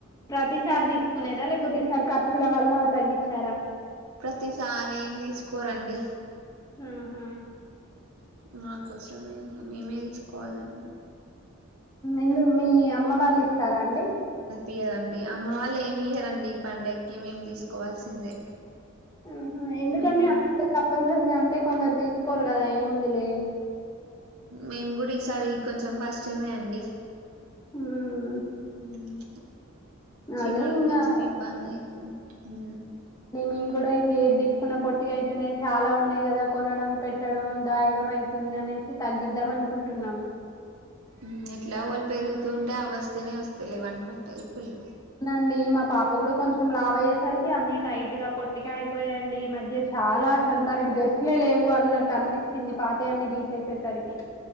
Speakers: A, on the left (about 15°); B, on the right (about 85°).
A: ప్రతిసారి తీసుకునేదా లేకపోతే ఈసారి ఖర్చుల వల్ల తగ్గించారా
B: ప్రతిసారి ఏం తీసుకోరండి
A: ఆహా
B: మా కోసమే మేమే తీసుకోవాలం
A: ఎందు మీ అమ్మ వాళ్ళు ఇస్తారా అండి
B: చె్యదండి అమ్మ వాళ్ళు ఏమి ఇయ్యరండి ఈ పండగకి మేము తీసుకోవాల్సిందే
A: ఆహ ఎందుకండి
B: మేము కూడా
A: అ కంపల్సరీ అంటే కొందరు తీసుకోరు కదా ఏముందు లే
B: మేమ్ గుడి ఇస్ సారీ కొంచం ఫస్ట్ టైమే అండి
A: ఉమ్
B: ఉమ్ చిన్నోడిక్
A: అదే ఇంగా
B: కొంచం ఇబ్బంది అయితుంద్ ఊ
A: ఏ మీమ్ గుడా ఇంగ ఏద్ దీస్కున్నా పొట్టిగ అయితున్నాయి చాలా ఉన్నాయి గదా కొనడం పెట్టడం దాయడం అయితుంది అనేసి తగ్గిద్దాం అనుకుంటున్నాము
B: మ్మ్ ఎట్ల వల్ పెరుగుతూ ఉంటే అ వస్తూనే వస్తలెవ్ అన్ బట్ కల్పులు
A: అవునండి మా పాప గుడా కొంచం లావ్ అయ్యేసరికి అన్ని టైట్ గా పొట్టిగా అయిపొయై అండి ఈ మధ్య చాలా అసలు తనకి డ్రెస్సులే లేవు అన్నట్టు అన్పిచింది పాతే అన్ని తీసేసేసరికి